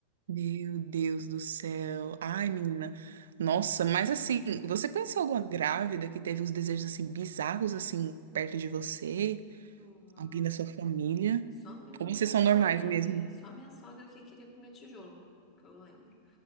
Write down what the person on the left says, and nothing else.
Hum, Não,
só mesmo
a
minha
sogra,
é, só a minha sogra que queria comer tijolo, que eu lembro.